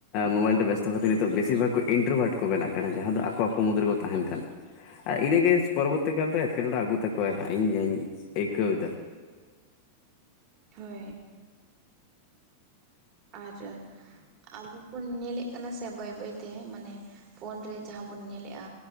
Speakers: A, on the left; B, on the right.
A: ᱢᱳᱵᱟᱭᱤᱞ ᱛᱮ ᱵᱮᱥᱼᱼ ᱛᱚ ᱠᱟ. ᱴᱤᱡ ᱵᱮᱥᱤᱨ ᱵᱷᱟᱜᱽ ᱤᱱᱴᱨᱳᱵᱷᱟᱴ ᱠᱚ ᱵᱮᱱᱟᱜ ᱠᱟᱱᱟ ᱡᱟᱦᱟᱸ ᱫᱚ ᱟᱠᱚ ᱟᱠᱚ ᱢᱩᱫᱽ ᱨᱮᱠᱚ ᱛᱟᱦᱮᱸᱱ ᱠᱟᱱᱟ ᱟᱨ ᱤᱱᱟᱹ ᱜᱮ ᱯᱚᱨᱚᱵᱚᱨᱛᱤ ᱠᱟᱞ ᱨᱮ ᱮᱴᱠᱮᱴᱚᱬᱮ ᱟᱹᱜᱩ ᱛᱟᱠᱚᱣᱟᱭ ᱦᱟᱸᱜ ᱤᱧ ᱡᱟᱧ ᱟᱹᱭᱠᱟᱹᱣ ᱮᱫᱟ
B: ᱦᱳᱭ ᱟᱨ ᱟᱵᱚ ᱵᱚᱱ ᱧᱮᱞᱮᱫ ᱠᱟᱱᱟ ᱥᱮ ᱵᱟᱹᱭ ᱵᱟᱹᱭᱛᱮ ᱢᱟᱱᱮ ᱯᱷᱳᱱ ᱨᱮ ᱡᱟᱦᱟᱸ ᱵᱚᱱ ᱧᱮᱞᱮᱜᱼᱟ